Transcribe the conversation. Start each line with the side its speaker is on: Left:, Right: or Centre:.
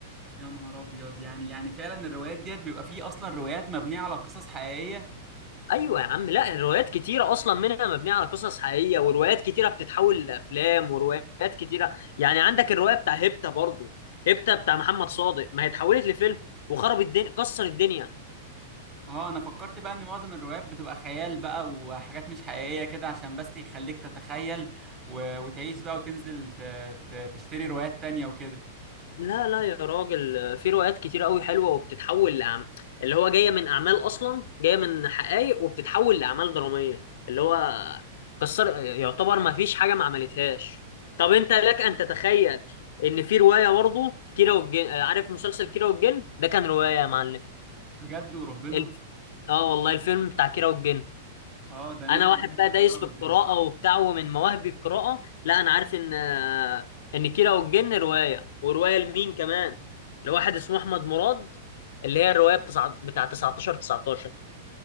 Right: يا نهار ابيض يعني يعني فعلا الروايات ديت بيبقى فيه اصلا روايات مبنيه على قصص حقيقيه
Left: ايوه يا عم لا الروايات كتيره اصلا منها مبنيه على قصص حقيقيه وروايات كتيره بتتحول لافلام وروايات كتيره يعني عندك الروايه بتاع هيبتا برضو هيبتا بتاع محمد صادق ما هي اتحولت لفيلم وخرب الدنيا كسر الدنيا
Right: اه انا فكرت بقى ان معظم الروايات بتبقى خيال بقى وحاجات مش حقيقية كده عشان بس يخليك تتخيل و... وتعيش بقى وتنزل ت... ت... تشتري روايات تانية وكده
Left: لا لا يا راجل في روايات كتير قوي حلوه وبتتحول لأعم... اللي هو جايه من اعمال اصلا جايه من حقائق وبتتحول لاعمال دراميه اللي هو كسر يعتبر ما فيش حاجه ما عملتهاش طب انت لك ان تتخيل ان في روايه برضه كيرة والجن عارف مسلسل كيرة والجن ده كان روايه يا معلم
Right: بجد وربنا
Left: الف... اه والله الفيلم بتاع كيرة والجن
Right: اه ده
Left: انا
Right: نزل
Left: واحد
Right: ده
Left: بقى دايس
Right: خرب
Left: في القراءه
Right: الدنيا
Left: وبتاع ومن مواهبي القراءه لا انا عارف ان آه، ان كيرة والجن روايه وروايه لمين كمان لواحد اسمه احمد مراد اللي هي الروايه بتسع... بتاع 19 19